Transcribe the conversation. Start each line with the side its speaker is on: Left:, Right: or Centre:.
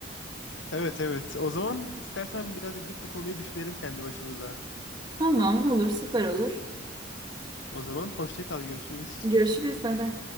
Left: Evet evet. O zaman istersen biraz gidip bu konuyu düşünelim kendi başımıza.
Right: Tamam olur süper olur.
Left: O zaman hoşça kal görüşürüz.
Right: Görüşürüz bay bay.